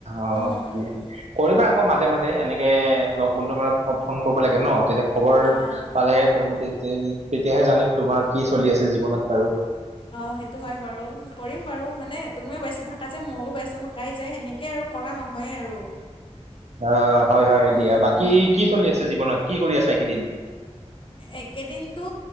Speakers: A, on the right; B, on the left.
A: অঁ।
B: উম উম
A: কৰিবা আকৌ মাজে মাজে এনেকে লগ বন্ধু মানক ফোন কৰিব লাগে ন তেতিয়া। খবৰ
B: অঁ
A: পালেহে ত তে তেতিয়াহে জানিম তোমাৰ কি চলি আছে জীৱনত বাৰু।
B: অঁ সেইটো হয়, বাৰু কৰিম বাৰু মানে তুমিও ব্যস্ত থাকা যে ময়ো ব্যস্ত থকাই যায় সেনেকে আৰু। কৰা নহয় আৰু।
A: অ হয়, হয়, হয়
B: উম
A: দিয়া বাকী
B: উম
A: কি চলি আছে। জীৱনত কি কৰি আছে একেইদিন।
B: একেদিনতো